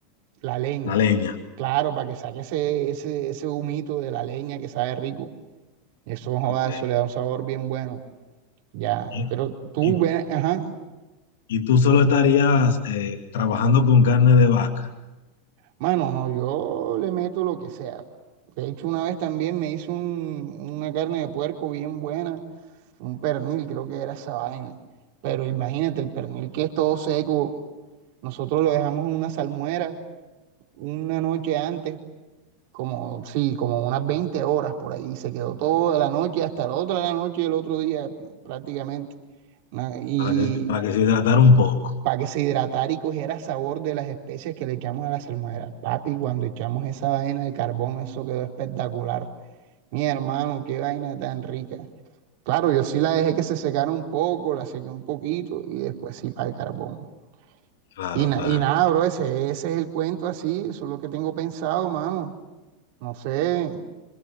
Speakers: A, on the right; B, on the left.
A: la leña,
B: La leña.
A: claro, para que saque ese, ese, ese humito de la leña que sabe rico. Eso, joda,
B: Ok.
A: eso le da un sabor bien bueno, ya.
B: Y,
A: Pero tú
B: y-
A: ven, ajá.
B: y tú solo estarías eh, trabajando con carne de vaca
A: Mano, no, yo le meto lo que sea. De hecho, una vez también me hizo un- una carne de puerco bien buena, un pernil, creo que era esa vaina. Pero imagínate, el pernil que es todo seco, nosotros lo dejamos en una salmuera una noche antes, como, sí, como unas 20 horas por ahí. Se quedó toda la noche, hasta la otra la noche y el otro día prácticamente. Una- Y
B: para que, para que se hidratara un poco.
A: para que se hidratara y cogiera sabor de las especias que le echamos a la salmuera. Papi, cuando echamos esa vaina de carbón, eso quedó espectacular. Mi hermano, qué vaina tan rica. Claro, yo sí la dejé que se secara un poco, la sequé un poquito y después sí para el carbón.
B: Claro,
A: Y, na-
B: claro.
A: y nada, bro, ese, ese es el cuento así, eso es lo que tengo pensado, mano. No sé,